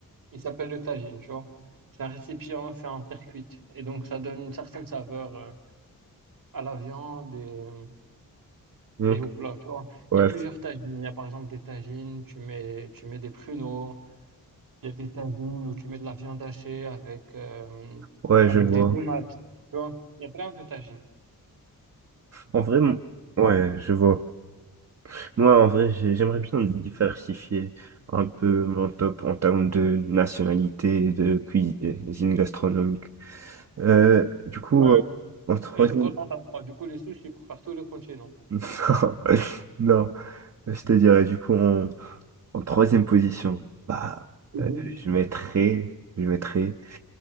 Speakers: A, on the right; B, on the right.
A: Il s'appelle le tagine, tu vois. C'est un récipient fait en terre cuite. Et donc, ça donne une certaine saveur euh, à la viande et, euh,
B: Ok.
A: et au plat, tu vois.
B: Ouais,
A: Il y a plusieurs
B: c'est-
A: tagines. Il y a par exemple des tagines, tu mets, tu mets des pruneaux, Il y a des tagines où tu mets de la viande hachée avec, euh,
B: ouais,
A: avec
B: je vois.
A: des tomates. Tu vois, il y a plein de tagines.
B: En vrai, mon- ouais, je vois. Moi, en vrai, j'ai- j'aimerais bien diversifier un peu mon top en termes de nationalité et de cuisine gastronomique. Euh, du coup,
A: Ouais.
B: euh, en troisième.
A: Et c'est quand on tape froid. Du coup, les sushis pour faire tout le continent.
B: <laughs> Non, non, je te dirais du coup en, en troisième position, bah,
A: Mhm.
B: euh, je mettrais, je mettrais